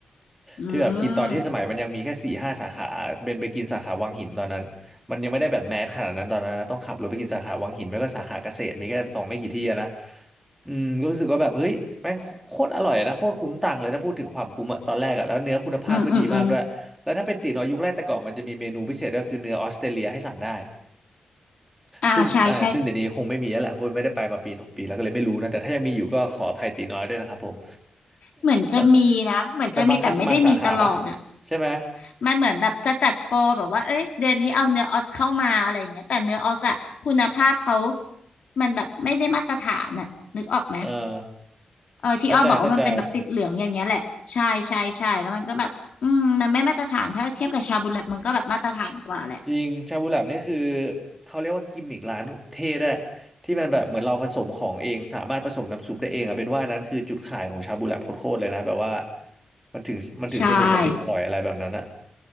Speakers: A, on the left (about 55°); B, in the centre.
A: อื
B: ที่แบบกินตอนที่สมัยมันยังมีแค่สี่ห้าสาขาเบนไปกินสาขาวังหินตอนนั้นมันยังไม่ได้แบบแมสขนาดนั้นตอนนั้นนะต้องขับรถไปกินสาขาวังหินไม่ก็สาขาเกษตรมีแค่สองไม่กี่ที่อะนะ
A: ม
B: อืมก็รู้สึกว่าแบบเฮ้ยแม่งโคตรอร่อยนะโคตรคุ้มตังค์เลยถ้าพูดถึงความคุ้มอะตอนแรกอะแล้วเนื้อคุณภาพก็ดีมากด้วยแล้วถ้าเป็นตี๋น้อยยุคแรกแต่ก่อนมันจะมีเมนูพิเศษก็คือเนื้อออสเตรเลียให้สั่งได้
A: อืมอืมอืมอ่าใช่ใช่
B: ซึ่งอ่าซึ่งเดี๋ยวนี้คงไม่มีแล้วแหละเพราะไม่ได้ไปมาปีสองปีแล้วก็เลยไม่รู้นะแต่ถ้ายังมีอยู่ก็ขออภัยตีน้อยด้วยนะครับผม
A: เหมือนจะมีนะเหมือนจะมีแต่ไม่ได้มีตลอดอะ
B: <laughs> แต่บางคัสบางสาขาปะใช่ไหม
A: มันเหมือนแบบจะจัดโปรแบบว่าเอ้ยเดือนนี้เอาเนื้อออสเข้ามาอะไรอย่างเงี้ยแต่เนื้อออสอะคุณภาพเขามันแบบไม่ได้มาตรฐานอะนึกออกไหม
B: เออ
A: เออที่อ้อบอกว่ามันเป็นแบบติดเหลืองอย่างเงี้ยแหละใช่ใช่ใช่แล้วมันก็แบบอืมมันไม่มาตรฐานถ้าเทียบกับชาบูแลตมันก็แบบมาตรฐานกว่าแหละ
B: เข้าใจเข้าใจจริงชาบูแลบนี่คือเขาเรียกว่ากิมมิกร้านเท่ด้วยที่มันแบบเหมือนเราผสมของเองสามารถผสมน้ำซุปได้เองอ่ะเป็นว่านั้นคือจุดขายของชาบูแลบโคตรๆเลยนะแบบว่ามันถึงมันถึงสนุกมันถึงอร่อยอะไรแบบนั้นนะ
A: ใช่